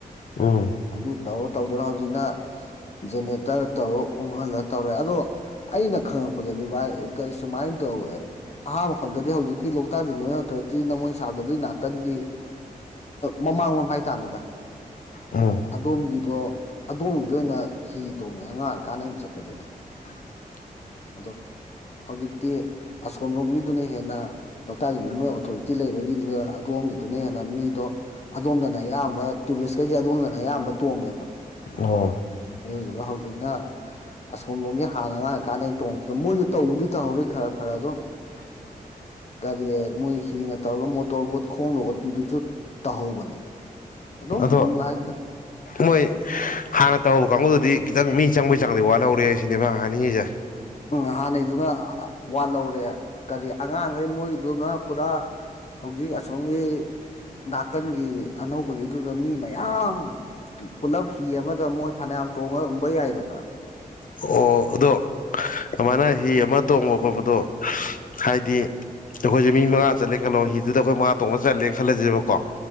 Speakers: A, on the left; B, on the left.
A: ꯎꯝ
B: ꯑꯗꯨ ꯇꯧꯔꯣ ꯇꯧꯗꯔ ꯍꯧꯖꯤꯛꯅ ꯖꯦꯅꯦꯔꯦꯇꯔ ꯇꯧꯔ ꯎꯪꯍꯜꯂ ꯇꯧꯔꯦ ꯑꯗꯣ ꯑꯩꯅ ꯈꯪꯉꯛꯄꯗꯗꯤ ꯚꯥꯏ ꯀꯔꯤ ꯁꯨꯃꯥꯏꯅ ꯇꯧ ꯇꯧꯋꯦ ꯑꯍꯥꯟꯕ ꯈꯪꯗꯗꯤ ꯍꯧꯖꯤꯛꯀꯤ ꯂꯣꯛꯇꯥꯛ ꯗꯦꯕꯂꯞꯃꯦꯟ ꯑꯣꯊꯣꯔꯤꯇꯤꯅ ꯅ ꯃꯣꯏ ꯁꯥꯕꯗ ꯀꯟꯒꯤ ꯃꯃꯥꯡꯂꯣꯝ ꯍꯥꯏꯇꯥꯥꯝ ꯃꯤꯗ
A: ꯎꯝ
B: ꯑꯗꯣꯝꯒꯤꯗꯣ ꯑꯗꯣꯝꯒꯤꯗ ꯑꯣꯏꯅ ꯍꯤ ꯇꯣꯡꯉꯦ ꯑꯉꯥꯡ ꯑꯣꯏꯔꯤꯀꯥꯟꯗ ꯑꯩꯅ ꯆꯠꯄꯗꯨꯗꯤ
A: <inaudible>
B: ꯑꯗꯣ ꯍꯧꯖꯤꯛꯇꯤ ꯑꯁꯣꯝ ꯂꯣꯝꯒꯤꯗꯨꯅ ꯍꯦꯟꯅ ꯂꯣꯛꯇꯥꯛ ꯗꯦꯕꯂꯞꯃꯦꯟ ꯑꯣꯊꯣꯔꯤꯇꯤ ꯂꯩꯕꯒꯤꯗꯨꯗ ꯑꯗꯣꯝꯒꯤꯗꯨꯅꯦ ꯍꯦꯟꯅ ꯃꯤꯗꯣ ꯑꯗꯣꯝꯗꯅ ꯑꯌꯥꯝꯕ ꯇꯨꯔꯤꯁꯈꯩꯁꯦ ꯑꯗꯣꯝꯗꯅ ꯑꯌꯥꯝꯕ ꯇꯣꯡꯉꯦꯕ
A: ꯑꯣ
B: ꯑꯗꯨꯗꯨꯒ ꯍꯧꯖꯤꯛꯅ ꯑꯁꯣꯝꯂꯣꯝꯒꯤ ꯍꯥꯟꯅ ꯑꯉꯥꯡ ꯑꯣꯏꯔꯤꯀꯥꯟꯗ ꯑꯩꯅ ꯇꯣꯡꯉꯄꯗ ꯃꯣꯏꯁꯨ ꯇꯧꯕꯨꯗꯤ ꯇꯧꯍꯧꯔꯤ ꯈꯔ ꯈꯔ ꯑꯗꯨꯝ
A: <inaudible>
B: ꯒꯥꯔꯤ ꯃꯣꯏ ꯍꯤꯅ ꯇꯧꯔꯒ ꯃꯣꯇꯣꯔꯕꯣꯠ ꯈꯣꯡꯗ ꯑꯣꯠꯄꯤꯗꯨꯁꯨ ꯇꯧꯍꯧꯕꯅꯦ ꯑꯗꯨꯝ
A: ꯑꯗꯣ
B: ꯅꯨꯡꯉꯥꯏꯗ
A: ꯃꯣꯏ ꯍꯥꯟꯅ ꯇꯧꯍꯧꯕ ꯀꯥꯡꯕꯨꯗꯨꯗꯤ ꯈꯤꯇꯪ ꯃꯤ ꯆꯪꯕꯩ ꯆꯥꯡꯗꯤ ꯋꯥꯠꯍꯧꯔꯦ ꯁꯤꯅꯦꯕ ꯍꯥꯏꯅꯤꯡꯉꯤꯁꯦ
B: ꯎꯝ ꯍꯥꯟꯅꯩꯗꯨꯅ ꯋꯥꯠꯍꯧꯔꯦ ꯀꯔꯤ ꯑꯉꯥꯡꯈꯩ ꯃꯣꯏꯗꯨꯅ ꯄꯨꯔꯥ ꯍꯧꯖꯤꯛ ꯑꯁꯣꯝꯒꯤ ꯅꯥꯀꯟꯒꯤ ꯑꯅꯧꯕꯒꯤꯗꯨꯗ ꯃꯤ ꯃꯌꯥꯝ ꯄꯨꯂꯞ ꯍꯤ ꯑꯃꯗ ꯃꯣꯏ ꯐꯅꯌꯥꯝ ꯇꯣꯡꯉꯒꯨꯝꯕ ꯌꯥꯏꯗꯅ
A: ꯑꯣ ꯑꯗꯣ ꯑꯗꯨꯃꯥꯏꯅ ꯍꯤ ꯑꯃ ꯇꯣꯡꯕ ꯈꯣꯠꯄꯗꯣ ꯍꯥꯏꯗꯤ ꯑꯈꯣꯏꯖꯦ ꯃꯤ ꯃꯉꯥ ꯆꯠꯂꯦ ꯈꯜꯂꯣ ꯍꯤꯗꯨꯗ ꯑꯈꯣꯏ ꯃꯉꯥ ꯇꯣꯡꯕ ꯆꯜꯂꯦꯅ ꯈꯜꯂꯖꯦꯕꯀꯣ